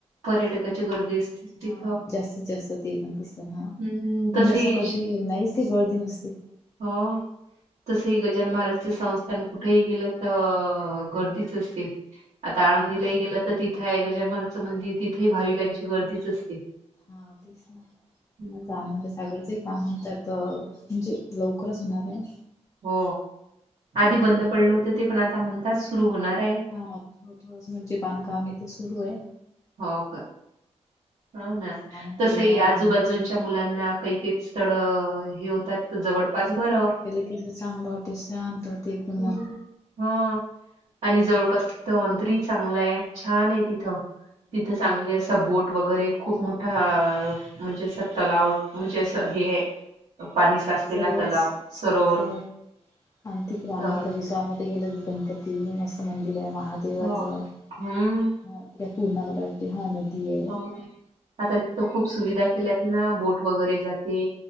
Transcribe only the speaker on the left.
हा जास्तीत जास्त ते पण दिसतना हा.
म्हणजे
अस कधी नाहीच ते गर्दी नसते.
हा तेच ना.
आता आनंद सागरचे काम म्हणत्यात, म्हणजे लवकरच होणार आहे.
हा थोड थोडच म्हणजे बांधकाम आहे ते सुरुये.
तेच आनंद
विहार
आनंद
तिथ चांगल वाटे, शांत होते. एकदम
मन.
हो
सर्वच
सर्व आणि तिकडे आनंद
विसावामध्ये गेल गणपती मस्त मंदिर आहे महा देवाच.
हा
त्या पूर्ण मला वाटते, हा नदी ये.